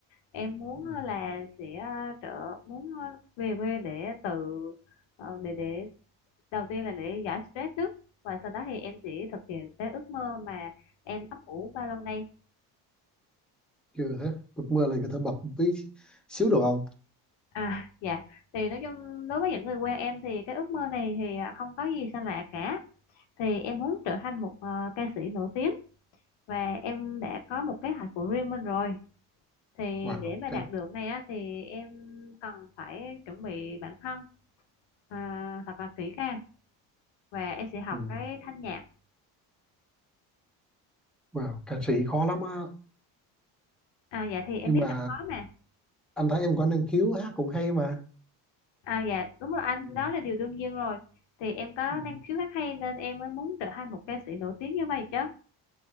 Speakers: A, on the left (about 65°); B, in the centre.
A: em muốn
B: Ừ,
A: à, là sẽ à, trở muốn à, về quê để tự ờ, để để đầu tiên là để giải stress trước và sau đó thì em sẽ thực hiện cái ước mơ mà em ấp ủ bao lâu nay
B: chưa hết. Ước mơ là có thể bật một tí xíu được không?
A: À dạ thì nói chung đối với những người quen em thì cái ước mơ này thì à, không có gì xa lạ cả thì em muốn trở thành một ờ, ca sĩ nổi tiếng và em đã có một kế hoạch của riêng mình rồi thì
B: Wow,
A: để mà
B: ca,
A: đạt được này á, thì em cần phải chuẩn bị bản thân à, thật là kỹ càng và em sẽ học
B: ừ,
A: cái thanh nhạc
B: wow, ca sĩ khó lắm á.
A: à dạ thì em
B: Nhưng
A: biết
B: mà
A: là khó mà
B: anh thấy em có năng khiếu hát cũng hay mà.
A: à dạ đúng rồi anh
B: Ừ,
A: đó là điều đương nhiên rồi thì em có
B: ừ,
A: năng khiếu hát hay nên em mới muốn trở thành một ca sĩ nổi tiếng như vậy chứ